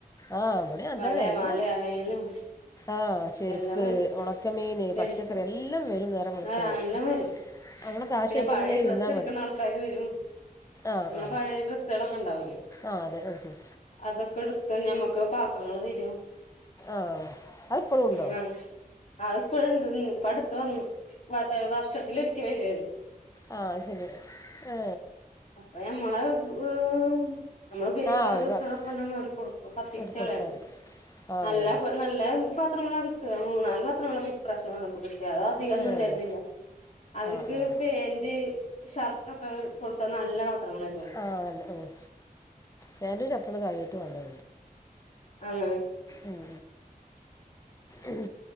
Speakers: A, on the left (about 20°); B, on the left (about 50°).
A: ആഹ് വടിം അങ്ങൻതന്നെ
B: വള
A: എല്ലും
B: മാല ആയാലും
A: ആഹ് ചെരുപ്പ്
B: എല്ലാം വരും
A: ഉണക്കമീന്
B: ചെരുപ്പ്
A: പച്ചക്കറി എല്ലാം വരും നേരം വെളുത്താല്
B: ആഹ് എല്ലാം വരും
A: നമ്മള് കാശായിട്ട്
B: പിന്നെ പഴേ
A: ഇങ്ങനെ
B: ഡ്രസ്സ്ട്ക്ക്ണാൾക്കാര്
A: ഇരുന്നാ മതി
B: വരും,
A: ആഹ്
B: നമ്മളെ
A: ആഹ്
B: പഴേ ഡ്രസ്സളെക്കളെക്കെണ്ടാവൂലേ
A: ആഹ് അതെ ഉം ഹും
B: അതൊക്കെട്ത്ത് ഞമ്മക്ക് പാത്രങ്ങൾ തരും
A: ആഹ് അതിപ്പളും
B: ഉം
A: ഉണ്ടോ
B: അതിപ്പഴും ഉണ്ട്ന്ന് ഇപ്പടുത്ത് വന്ന് വ വർഷത്തിലൊരിക്കെ വരും അത്‌
A: ആ അയ് ശെരിയാണ് ഏ
B: അപ്പ നമ്മളെ <unintelligible> നമ്മള് ഉപയോഗിക്കാത്ത
A: ആഹ് ഒഴിവാക്കും
B: ഡ്രസ്സ്കളൊക്കെ ഉണ്ടെങ്കി അവര്ക്ക് കൊടുക്കും കത്തിച്ചു
A: ഇങ്ങട്ട്
B: കളയണ്ടല്ലോ
A: കൊടുത്താൽ മതി ആഹ്
B: നല്ല
A: അതന്നെ
B: നല്ല പാത്രങ്ങളാ കിട്ട മൂന്നാല് പത്രങ്ങളൊക്കെ ഈ പ്രാവിശ്യം വന്നപ്പോ കി <unintelligible> അധികം ഒന്നും
A: ഏഹ്
B: ഉണ്ടായിരുന്നില്ല അവർക്ക്
A: ആഹ് ആഹ്
B: പാന്റ് ഷർട്ട് ഒക്കെ കൊടുത്ത നല്ല പാത്രങ്ങളായിരിക്കും കി
A: ആ അങ്ങൻ തന്നെണ് പാന്റും ഷർട്ടും തന്നെ കാര്യായിട്ട് വാണ്ടേ
B: അങ്ങനെ
A: ഉം ഉം